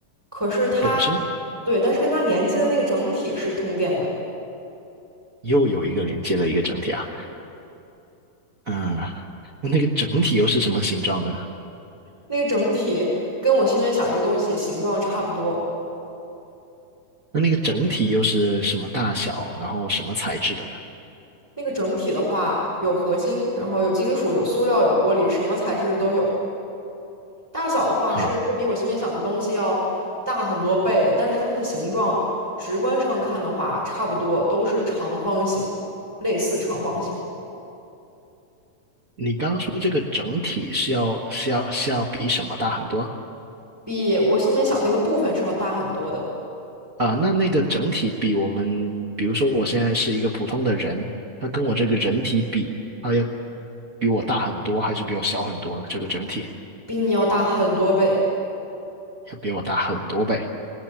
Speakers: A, in the centre; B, on the right (about 50°).
A: 可是它，
B: 本身
A: 对，但是跟它连接的那个整体是通电的。
B: 又有一个连接了一个整体啊，嗯，那那个整体又是什么形状的呢？
A: 那个整体跟我心里面想这个东西形状差不多。
B: 那那个整体又是什么大小，然后什么材质的呢？
A: 那个整体的话，有合金，然后有金属，有塑料，有玻璃，什么材质都有。大小的话是会比我心里面想的东西要大很多倍的，
B: 哈，
A: 但是它们的形状直观上看的话，差不多都是长方形，类似长方形，
B: 你刚刚说这个整体是要是要是要比什么大很多
A: 比我心里面想那个部分是要大很多的，
B: 啊？那那个整体比我们，比如说我现在是一个普通的人，他跟我这个人体比，他要比我大很多，还是比我小很多呢？这个整体
A: 比你要大很多倍。
B: 要比我大很多倍。